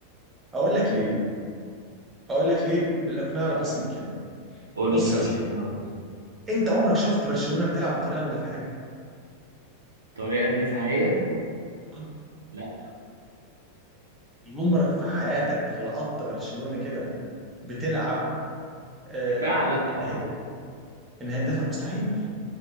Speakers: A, on the right; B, on the right.
A: اقول لك ليه اقول لك ليه بالاقناع البسيط كده
B: قول
A: بص
B: لي ليه
A: يا اسطى
B: اللي على بسيط
A: انت عمرك شفت برشلونة بتلعب بطريقة مدافعية؟
B: طريقة دفاعية
A: آه.
B: لا
A: عمرك في حياتك لقطت برشلونة كده بتلعب آه
B: دفاع لا طبعا
A: ان هي ان هي تدافع مستحيل